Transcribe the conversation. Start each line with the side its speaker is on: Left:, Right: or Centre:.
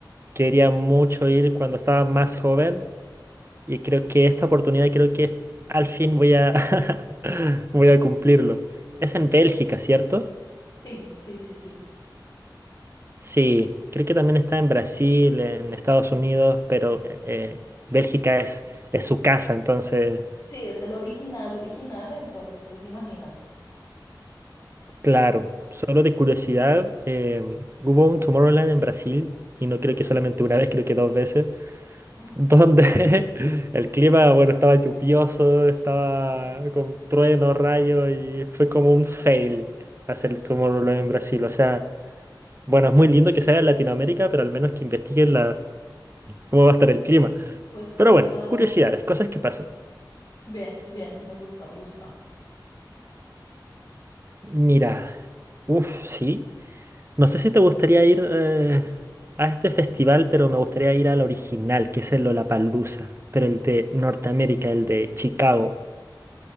Right: quería mucho ir cuando estaba más joven y creo que esta oportunidad creo que al fin voy a <laughs> voy a cumplirlo. Es en Bélgica, ¿cierto?
Left: Sí, sí, sí, sí.
Right: Sí, creo que también está en Brasil, en Estados Unidos, pero eh, Bélgica
Left: Eh,
Right: es, es su casa, entonces,
Left: Sí, es el original, original, entonces, pues imagínate.
Right: claro, solo de curiosidad, em, hubo un Tomorrowland en Brasil, y no creo que solamente una vez, creo que dos veces,
Left: Mm,
Right: donde <laughs> el clima, bueno, estaba lluvioso, estaba con truenos, rayos, y fue como un fail hacer el Tomorrowland en Brasil. O sea, bueno, es muy lindo que se haga en Latinoamérica, pero al menos que investiguen cómo va a estar el clima.
Left: Pues claro.
Right: Pero bueno, curiosidades, cosas que pasan.
Left: Bien, bien, me gusta, me gusta.
Right: Mira, uff, sí. No sé si te gustaría ir eh, a este festival, pero me gustaría ir al original, que es el Lollapalooza, pero el de Norteamérica, el de Chicago.